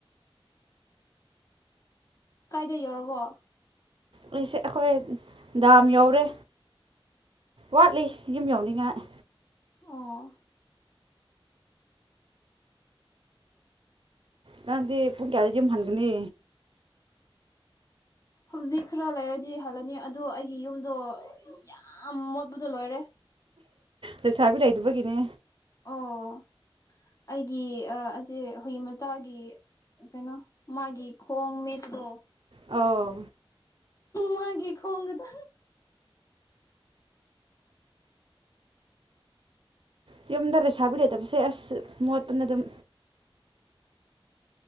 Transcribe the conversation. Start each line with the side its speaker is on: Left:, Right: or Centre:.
Left: ꯀꯥꯏꯗ ꯌꯧꯔꯕꯣ
Right: ꯂꯩꯁꯦ ꯑꯩꯈꯣꯏ ꯗꯥꯝ ꯌꯥꯎꯔꯦ ꯋꯥꯠꯂꯤ ꯌꯨꯝ ꯌꯧꯅꯤꯡꯉꯥꯏꯦ
Left: ꯑꯣ
Right: ꯅꯪꯗꯤ ꯄꯨꯡ ꯀꯌꯥꯗ ꯌꯨꯝ ꯍꯟꯒꯅꯤ
Left: ꯍꯧꯖꯤꯛ ꯈꯔ ꯂꯩꯔꯗꯤ ꯍꯜꯂꯅꯤ ꯑꯗꯣ ꯑꯩꯒꯤ ꯌꯨꯝꯗꯣ ꯌꯥꯝꯃ ꯗꯣ ꯂꯣꯏꯔꯦ
Right: ꯂꯩꯁꯥꯕꯤ ꯂꯩꯗꯨꯕꯒꯤꯅꯦ
Left: ꯑꯣ ꯑꯩꯒꯤ ꯑꯁꯦ ꯍꯨꯏ ꯃꯆꯥꯒꯤ ꯀꯩꯅꯣ ꯃꯥꯒꯤ ꯈꯣꯡ ꯃꯦꯠꯇꯣ
Right: ꯑ
Left: ꯃꯥꯒꯤꯦ ꯈꯣꯡꯒꯗ
Right: ꯑ ꯌꯨꯝꯗ ꯂꯩ ꯁꯥꯕꯤ ꯂꯩ ꯇꯁꯦ ꯑꯁ ꯃꯣ ꯄꯨꯅ ꯑꯗꯨꯝ